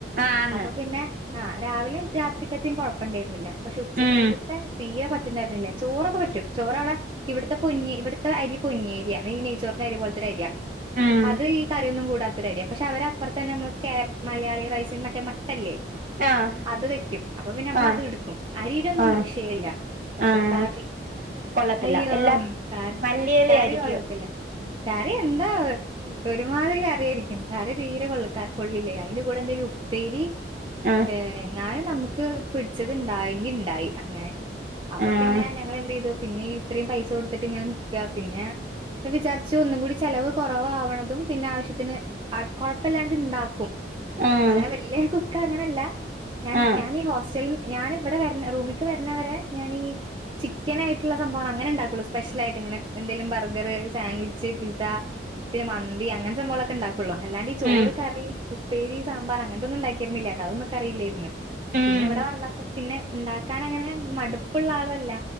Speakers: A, on the right; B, on the right.
A: ആന്ന്
B: അപ്പൊ പിന്നെ ആഹ് രാവിലെ രാത്രിക്കത്തിം കുഴപ്പുണ്ടായിരുന്നില്ല പക്ഷെ ഉച്ചക്കത്തെ
A: ഉം
B: തീരെ പറ്റിണ്ടായിരുന്നില്ല ചോറൊക്കെ പറ്റും ചോറ് അവിടെ ഇവിടുത്തെ പൊന്നി ഇവിടുത്തെ അരി പൊന്നിയേരിയ ഈ നെയ്ച്ചോറിന്റെ അരി പോലത്തെരിയ
A: ഉം
B: അത് ഈ കറിയൊന്നും കൂടാത്തൊരരിയ പക്ഷെ അവരപ്പുറത്തന്നെ നമ്മ കേ മലയാളി റൈസും മറ്റേ മ അല്ലേ
A: ആഹ്
B: അത് വെക്കും അപ്പൊ പിന്നെ നമ്മള്
A: ആഹ്
B: അത്ടുക്കും അരിയിലൊന്നും
A: ആഹ്
B: വിഷയല്ല പക്ഷേ
A: ആഹ്
B: കറി
A: കൊള്ളത്തില്ല
B: അയ്യോ
A: എല്ലാ
B: കറി
A: മല്ലിയില
B: കറി
A: ആയിരിക്കും
B: കൊള്ളത്തില്ല കറി എന്താവോ ഒരു മാതിരി കറിയായിരിക്കും കറി തീരെ കൊള്ളുക്കാ കൊള്ളില്ലേ അയിന്റെ കൂടെ എന്തെേലും ഉപ്പേരി
A: ആഹ്
B: ഏഹ് എങ്ങാനും നമുക്ക് പിടിച്ചത് ഇണ്ടായെങ്കിൽ ഇണ്ടായി അങ്ങനെ അപ്പൊ
A: ആഹ്
B: പിന്നെ ഞങ്ങളെ എന്ത്യ്തു പിന്നെ ഇത്രയും പൈസ കൊടുത്തിട്ട് ഇങ്ങനെ നിക്കാ പിന്നെ പിന്നെ വിചാരിച്ചു ഒന്നും കൂടി ചെലവ് കൊറവവാണതും പിന്നെവശ്യത്തിന് കുഴപ്പല്ലാണ്ട് ഇണ്ടാ ക്കും
A: ആഹ്
B: അങ്ങനെ വലിയ കുക്ക് അങ്ങനെയല്ല ഞാൻ
A: ആഹ്
B: ഞാൻ ഈ ഹോസ്റ്റൽ ഞാനിവിടെ വരുന്ന റൂമിക്ക് വരുന്നവരെ ഞാനീ ചിക്കൻ ആയിട്ടുള്ള സംഭവങ്ങൾ അങ്ങനെ ഉണ്ടാക്കുള്ളൂ സ്പെഷ്യൽ ആയിട്ട് ഇങ്ങനെ എന്തെേലും ബർഗർ സാൻവിച്ച് പിസ്സ പിന്നെ മന്തി അങ്ങനെ സംഭവളൊക്കെ ഉണ്ടാക്കുള്ളൂ അല്ലാണ്ട് ഈ ചോറ്
A: ഉം
B: കറി ഉപ്പേരി സാമ്പാർ അങ്ങനത്തൊന്നും ഉണ്ടാക്കിരുന്നില്ലേട്ടോ അതൊന്നും എനിക്ക്റിയില്ലായിരുന്നു.
A: ഉം
B: പിന്നെ ഇവിടെ വന്നപ്പോ പിന്നെ ഉണ്ടാക്കാൻ അങ്ങനെ മടുപ്പുള്ള ആളും അല്ല